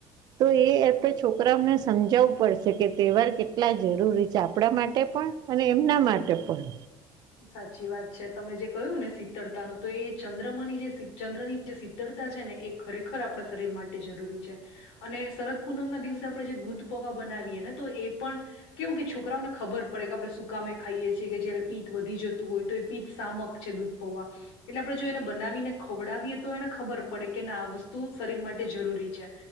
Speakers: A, on the right; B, on the left.
A: તો એ આપણે છોકરાઓને સમજાવવું પડશે કે તહેવાર કેટલા જરૂરી છે આપણા માટે પણ અને એમના માટે પણ
B: સાચી વાત છે તમે જે કહ્યું ને શીતળતાનું તો એ ચંદ્રમાની જે ચંદ્રની જે શીતળતા છે ને એ ખરેખર આપણા શરીર માટે જરૂરી છે અને શરદ પૂનમ ના દિવસે આપણે જે દૂધ પહા બનાવીએે ને તો એ પણ કેવું કે છોકરાઓને ખબર પડે કે આપણે સુકામે ખાઈએ છીએ કે જયારે પિતત વધી જતું હોય તો એ પિતત શામક છે દૂધ પૌવા એટલે આપણે જો એને બનાવીને ખવડાવીએ તો એને ખબર પડે કે ના આ વસ્તુ શરીર માટે જરૂરી છે